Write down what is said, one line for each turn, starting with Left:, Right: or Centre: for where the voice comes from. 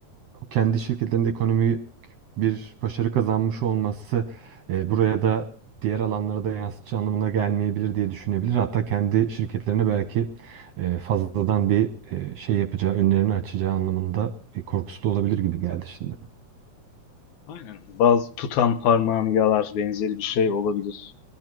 Right: kendi şirketlerinde ekonomik bir başarı kazanmış olması e, buraya da diğer alanlara da yansıtacağı anlamına gelmeyebilir diye düşünebilir. Hatta kendi şirketlerine belki e, fazladan bir e, şey yapacağı, önlerini açacağı anlamında bir korkusu da olabilir gibi geldi şimdi.
Left: Aynen. Bazı tutan parmağını yalar benzeri bir şey olabilir.